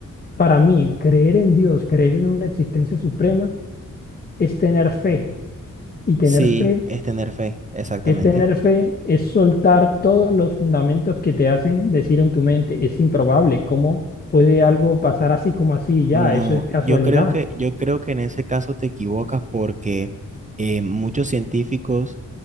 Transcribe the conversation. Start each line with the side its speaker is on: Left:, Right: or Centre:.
Left: para mí creer en Dios, creer en una existencia suprema, es tener fe. Y tener
Right: Sí,
Left: fe
Right: es tener fe, exactamente.
Left: Es tener fe, es soltar todos los fundamentos que te hacen decir en tu mente, es improbable, ¿cómo puede algo pasar así como así? Ya,
Right: No,
Left: eso es casualidad.
Right: yo creo que, yo creo que en ese caso te equivocas porque eh, muchos científicos,